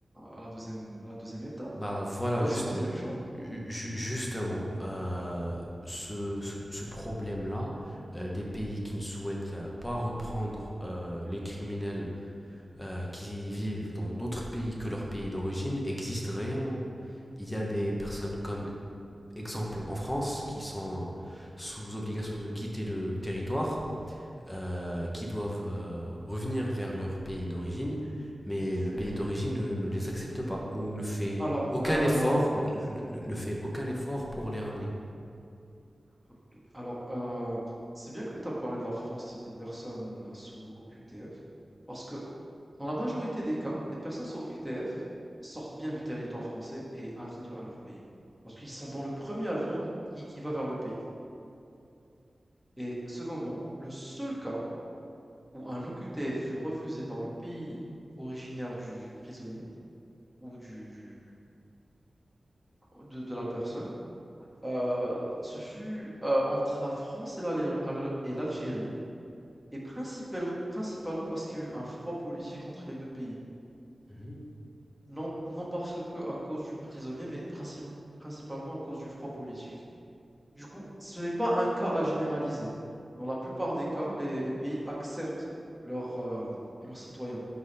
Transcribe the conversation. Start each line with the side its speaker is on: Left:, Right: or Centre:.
Centre: à la 2 à la 2 étape.
Left: Bah voilà,
Centre: On passe
Left: juste,
Centre: au deuxième choix.
Left: ju- justement, euh, ce, ce, ce problème-là, euh, des pays qui ne souhaitent euh, pas reprendre euh, les criminels euh, qui vivent dans d'autres pays que leur pays d'origine, existe réellement. Il y a des personnes comme exemple en France qui sont sous obligation de quitter le territoire euh, qui doivent euh, revenir vers leur pays d'origine, mais le pays
Centre: Oui.
Left: d'origine ne, ne les accepte pas ou ne fait
Centre: Alors,
Left: aucun
Centre: heu,
Left: effort, ne,
Centre: OK,
Left: ne- ne- fait aucun effort pour les ramener.
Centre: OK. Alors, heu, c'est bien que tu as parlé de la France des personnes sous OQTF, parce que dans la majorité des cas, les personnes sous OQTF sortent bien du territoire français et arrivent à leur pays. Parce qu'ils sont dans le premier avion qui qui va vers le pays et secondement, le seul cas où un OQTF fut refusé par le pays originaire du, du prisonnier ou du, du- de, de la personne, euh, ce fut euh, entre la France et l'Alé- Al- et l'Algérie, et principalement, principalement parce qu'il y a eu un froid politique entre les deux pays.
Left: Mmh.
Centre: Non, non parce que à cause du prisonnier, mais princi- principalement à cause du froid politique. Du coup, ce n'est pas un cas à généraliser. Dans la plupart des cas, les, les pays acceptent leurs euh, leurs citoyens.